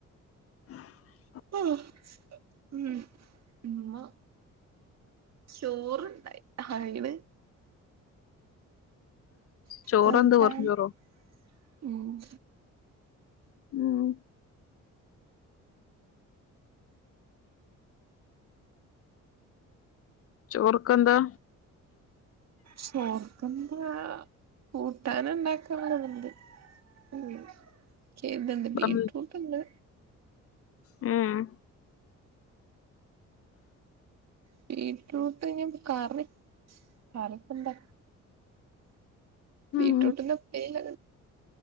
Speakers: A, on the left (about 50°); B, on the right (about 60°).
A: <inaudible>
B: ആഹ് ഉം ഉമ്മ ചോറണ്ടായി ആയിണ്. <unintelligible>
A: ചോറെന്ത് വെറും ചോറോ
B: ഉം
A: ഉം ചോർക്കന്താ?
B: സോർക്കന്ത ആ കൂട്ടാന ഉണ്ടാക്കന്നുണ്ട്. <unintelligible>
A: പറഞ്ഞ്
B: ബീട്രൂട്ട് ഉണ്ട്
A: ഉം
B: ബീറ്റ്റൂട്ട് പ്പ കറി കറിപ്പ എന്താ? ബീറ്ററൂട്ടന്റെ
A: ഉം
B: പ്പേരി